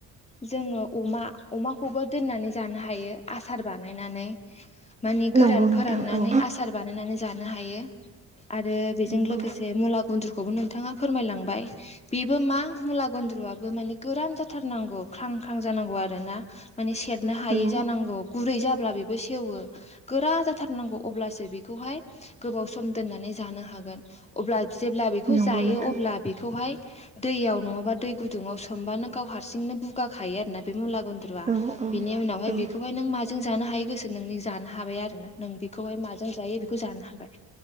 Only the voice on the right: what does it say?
नंगौ नोंथां
औ
नंगौ
औ
नंगौ
नोंथां
औ औ
औ